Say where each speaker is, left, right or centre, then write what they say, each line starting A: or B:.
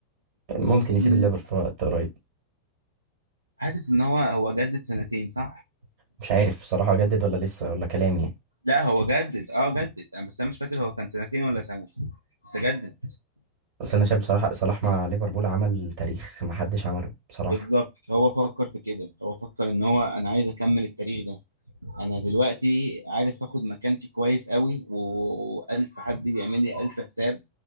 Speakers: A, on the right; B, on the right.
A: ممكن يسيب
B: مم،
A: الليفر في وقت قريب
B: حاسس ان هو هو جدد سنتين صح
A: مش عارف صراحة اجدد ولا لسه ولا كلامي يعني
B: لا هو جدد اه جدد أنا بس انا مش فاكر هو كان سنتين ولا سنه بس جدد
A: بس انا شايف بصراحة صلاح مع ليفربول عمل تاريخ ما حدش عمله بصراحة
B: بالظبط هو فكر في كده هو فكر ان هو انا عايز اكمل التاريخ ده انا دلوقتي عارف اخد مكانتي كويس قوي والف حد بيعمل لي الف حساب